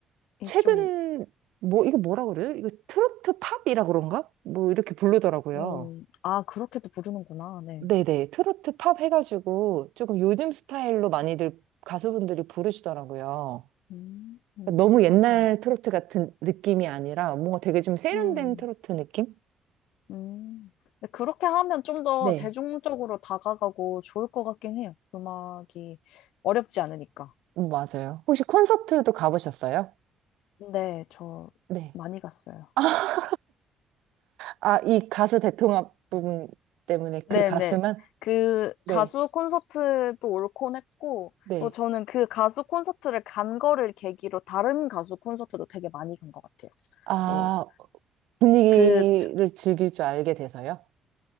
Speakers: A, on the left (about 80°); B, on the right (about 80°).
A: 이
B: 최근,
A: 좀,
B: 뭐, 이거 뭐라 그래요? 이거 트로트 팝이라 그런가? 뭐, 이렇게 부르더라고요.
A: 음, 아, 그렇게도 부르는구나. 네.
B: 네네. 트로트 팝 해가지고, 조금 요즘 스타일로 많이들 가수분들이 부르시더라고요.
A: 음, 음,
B: 그러니까 너무 옛날
A: 맞아요.
B: 트로트 같은 느낌이 아니라, 뭔가 되게 좀 세련된
A: 음,
B: 트로트 느낌?
A: 음. 근데 그렇게 하면 좀 더
B: 네.
A: 대중적으로 다가가고 좋을 것 같긴 해요. 음악이 어렵지 않으니까.
B: 음, 맞아요. 혹시 콘서트도 가보셨어요?
A: 네, 저
B: 네.
A: 많이 갔어요.
B: <laughs> 아, 이 가수 대통합 부분 때문에
A: 네네.
B: 그 가수만?
A: 그
B: 네,
A: 가수 콘서트도 올콘 했고,
B: 네.
A: 뭐 저는 그 가수 콘서트를 간 거를 계기로 다른 가수 콘서트도 되게 많이 간 것 같아요.
B: 아,
A: 뭐,
B: 분위기를
A: 그, 트-
B: 즐길 줄 알게 돼서요?